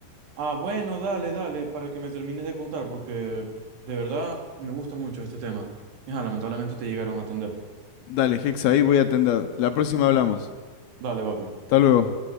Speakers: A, on the right (about 75°); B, on the left (about 70°).
A: Ah, bueno, dale, dale, para que me termines de contar, porque de verdad me gusta mucho este tema. Ajá, lamentablemente te llegaron a atender.
B: Dale, Hexa, ahí voy a atender. La próxima hablamos.
A: Dale, papi.
B: Hasta luego.